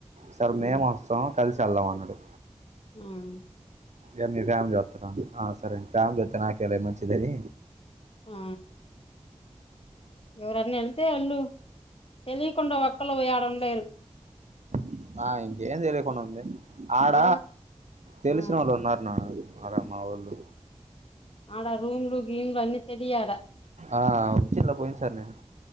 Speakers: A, on the right (about 80°); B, on the left (about 55°).
A: సార్
B: ఉమ్
A: మేము వస్తాం కలిసి వెళ్దాం అన్నాడు
B: ఉమ్
A: ఏ మీ ఫ్యామిలీ వస్తారా ఆ సరే ఫ్యామిలీ వస్తె నాకే మంచిదని
B: ఆ ఎవరన్న వెళితే వాళ్ళు తెలియకుండా ఒక్కళ పోయాడుండలేరు
A: ఇ ఆ ఇంకేం తెలియకుండా ఉంది ఆడ
B: ఆ
A: తెలిసిన
B: ఆ
A: వాళ్ళు ఉన్నారు నాకు అదే మా వోళ్ళు
B: ఆడ రూమ్లు గీమ్లు అన్ని తెలియడా
A: ఆ వచ్చిల్లా పోయిన్ సారి నేను